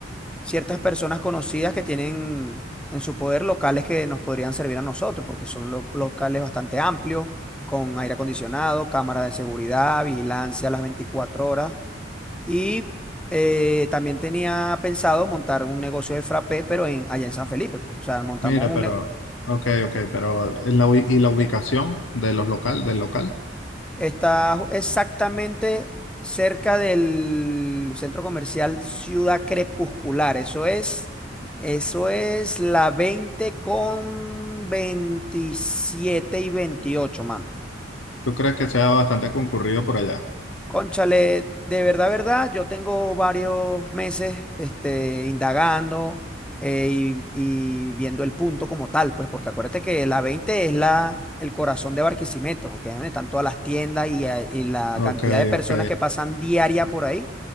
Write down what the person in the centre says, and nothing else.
ciertas personas conocidas que tienen en su poder locales que nos podrían servir a nosotros, porque son lo- locales bastante amplios, con aire acondicionado, cámaras de seguridad, vigilancia a las 24 horas. Y eh, también tenía pensado montar un negocio de frappé, pero en, allá en San Felipe, pues. O sea, montamos
un,
ne-
Está ju- exactamente cerca del centro comercial Ciudad Crepuscular. Eso es, eso es la 20 con 27 y 28, mano.
Cónchale, de verdad, verdad, yo tengo varios meses este, indagando eh, y, y viendo el punto como tal, pues porque acuérdate que la 20 es la, el corazón de Barquisimeto, porque ahí donde están todas las tiendas y, eh, y la
cantidad de personas
que pasan diaria por ahí